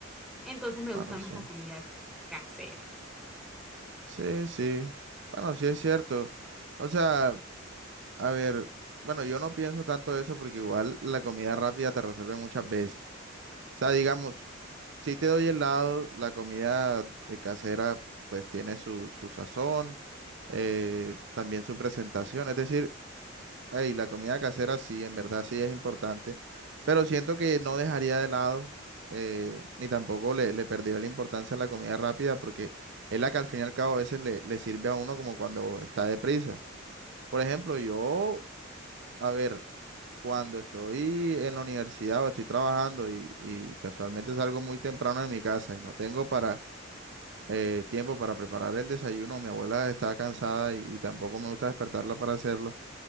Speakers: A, in the centre; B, on the right.
A: Entonces me
B: Bueno,
A: gusta más
B: sí.
A: la comida casera.
B: Sí, sí. Bueno, sí es cierto. O sea, a ver, bueno, yo no pienso tanto eso porque igual la comida rápida te resuelve muchas veces. O sea, digamos, si te doy helado, la comida de casera pues tiene su, su sazón, eh, también su presentación. Es decir, Ey, la comida casera sí, en verdad sí es importante, pero siento que no dejaría de lado, eh, ni tampoco le, le perdería la importancia a la comida rápida, porque es la que al fin y al cabo a veces le, le sirve a uno como cuando está deprisa. Por ejemplo, yo, a ver, cuando estoy en la universidad o estoy trabajando y, y casualmente salgo muy temprano de mi casa y no tengo para eh, tiempo para preparar el desayuno, mi abuela está cansada y y tampoco me gusta despertarla para hacerlo.